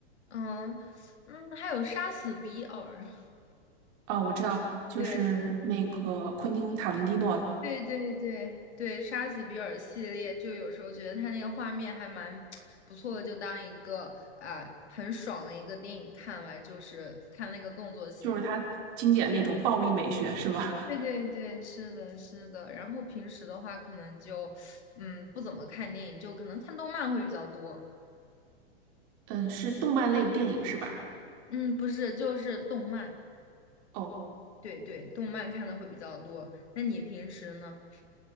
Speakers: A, on the left (about 80°); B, on the right (about 50°).
A: 嗯嗯，还有杀死比尔，<laughs>
B: 啊，我知道，就是那个昆汀塔伦蒂诺的，
A: 对对对对对，杀死比尔系列，就有时候觉得他那个画面还蛮不错的，就当一个啊、很爽的一个电影看完，就是看那个动作戏还。
B: 就是他经典那种暴力美学，是吗？
A: 对对对，是的，是的。然后平时的话，可能就嗯不怎么看电影，就可能看动漫会比较多。
B: <laughs> 嗯，是动漫类的电影是吧？
A: 嗯，不是，就是动漫。
B: 哦
A: 对对，动漫看的会比较多。那你平时呢？